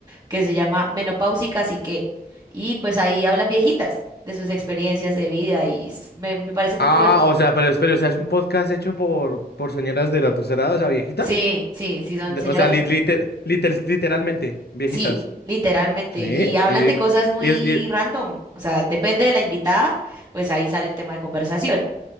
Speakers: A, on the right; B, on the left.
A: que se llama Menopáusicas y que, y pues ahí hablan viejitas de sus experiencias de vida y s- me, me parece muy
B: Ah,
A: curioso.
B: o sea, pero espere, o sea, es un podcast hecho por, por señoras de la tercera edad, o sea, viejita.
A: Sí, sí, sí, son
B: De-
A: señoras
B: o sea, li- liter- liter- literalmente, viejitas.
A: Sí, literalmente.
B: ¿Sí?
A: Y hablan
B: Y,
A: de cosas
B: y
A: muy
B: es- y-
A: random. O sea, depende de la invitada, pues ahí sale el tema de conversación.